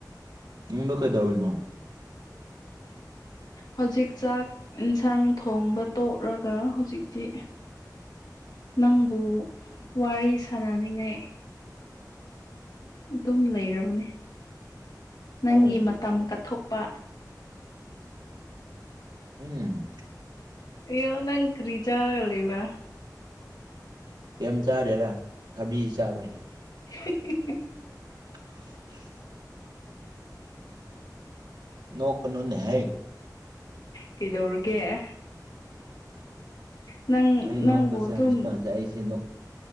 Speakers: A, on the right (about 80°); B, on the left (about 65°).
A: ꯏꯗ ꯀꯩꯗꯕꯅꯣ
B: ꯍꯧꯖꯤꯛ ꯆꯥꯛ ꯌꯦꯟꯁꯥꯡ ꯊꯣꯡꯕ ꯇꯣꯛꯂꯒ ꯍꯧꯖꯤꯛꯇꯤ ꯅꯪꯕꯨ ꯋꯥꯔꯤ ꯁꯥꯟꯅꯔꯤꯉꯥꯏ ꯑꯗꯨꯝ ꯂꯩꯔꯕꯅꯤ ꯅꯪꯒꯤ
A: ꯑꯧ
B: ꯃꯇꯝ ꯀꯠꯊꯣꯛꯄ
A: ꯎꯝ
B: ꯌ ꯅꯪ ꯀꯔꯤ ꯆꯥꯔꯒ ꯂꯩꯕ꯭ꯔꯥ
A: ꯀꯩꯝ ꯆꯥꯗꯦꯔꯥ ꯊꯕꯤ ꯆꯥꯕꯩꯅ
B: ꯎ <unintelligible>
A: ꯑꯟꯑꯣꯗꯤꯕꯜ ꯅꯣꯛ ꯀꯅꯨꯟꯅꯍ
B: ꯀꯩꯗꯧꯔꯒꯦ ꯅꯪ
A: ꯑꯩ
B: ꯅꯪꯕꯨ
A: ꯅꯣꯛꯄꯁꯦ
B: ꯑꯗꯨꯝ
A: ꯍꯧꯪꯖꯤꯤꯛꯀꯥꯟꯁꯦ ꯑꯩꯁꯦ